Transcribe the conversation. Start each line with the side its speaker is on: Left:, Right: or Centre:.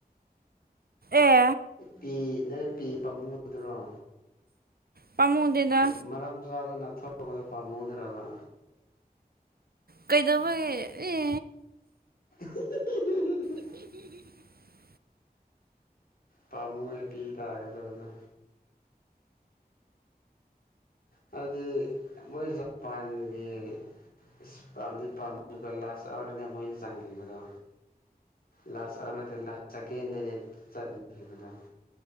Right: ꯑꯦ
Left: ꯄꯤ ꯅ ꯄꯤ ꯄꯥꯝꯃꯨꯗꯨꯔꯣ
Right: ꯄꯥꯝꯃꯨꯗꯦꯗ
Left: ꯃꯔꯔꯝ ꯆꯥꯗꯅ ꯊꯣꯛꯄꯗ ꯄꯥꯝꯃꯨꯗ꯭ꯔꯕ
Right: ꯀꯩꯗꯧꯕꯒꯦ ꯑꯦ
Left: ꯎ
Right: <unintelligible>
Left: ꯄ ꯃꯨꯔ ꯄꯤꯗꯒꯗ ꯑꯗꯨꯗ ꯍꯥꯏꯕꯗꯤ ꯃꯣꯏ ꯖꯄꯥꯟꯒꯤ ꯏꯁꯄꯝꯗꯤ ꯄꯃꯒ ꯂꯥꯁ ꯑꯅ ꯃꯣꯏꯅ ꯁꯥꯡꯈꯤꯕꯗꯣ ꯂꯥꯁ ꯑꯣꯔ ꯅꯠꯇ ꯂꯥꯁ ꯆꯀꯦ ꯅꯅꯦ ꯆꯠꯅꯤꯈꯤꯕꯗ